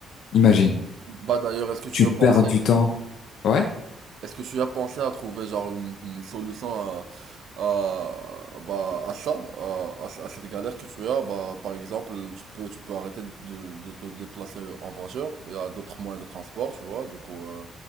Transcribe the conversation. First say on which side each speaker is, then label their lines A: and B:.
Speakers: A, on the left; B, on the right.
A: Imagine,
B: Bah d'ailleurs, est-ce que tu
A: tu
B: as
A: perds
B: pensé
A: du temps. Ouais,
B: Est-ce que tu as pensé à trouver genre une, une solution à, à, bah, à ça, à, à ce- à cette galère que tu as? Bah, par exemple, tu peux, tu peux arrêter de, de te déplacer en voiture. Il y a d'autres moyens de transport, tu vois. Du coup, euh,